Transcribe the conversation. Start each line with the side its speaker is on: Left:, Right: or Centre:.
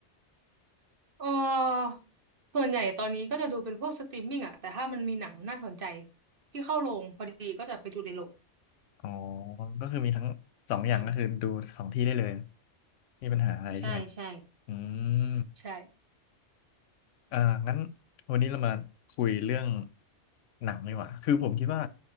Right: เออส่วนใหญ่ตอนนี้ก็จะดูเป็นพวกสตรีมมิ่งอะแต่ถ้ามันมีหนังน่าสนใจที่เข้าโรงพอดีก็จะไปดูในโรง
Left: อ๋อก็คือมีทั้งสองอย่างก็คือดูสองที่ได้เลย
Right: อืม
Left: มีปัญหาอะไรใช่ไหม
Right: ใช่ใช่
Left: อืม
Right: ใช่
Left: เอ่างั้นวันนี้เรามาคุยเรื่องหนังดีกว่าคือผมคิดว่า